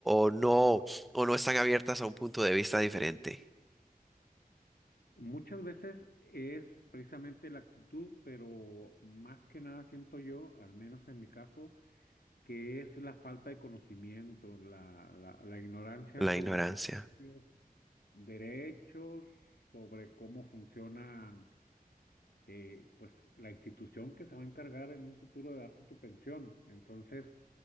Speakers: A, in the centre; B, on the left.
A: o no, o no están abiertas a un punto de vista diferente.
B: Muchas veces es precisamente la actitud, pero más que nada siento yo, al menos en mi caso, que es la falta de conocimiento, la, la, la ignorancia
A: La
B: sobre
A: ignorancia.
B: sus propios derechos, sobre cómo funcionan eh, pues la institución que se va a encargar en un futuro de darte tu pensión. Entonces,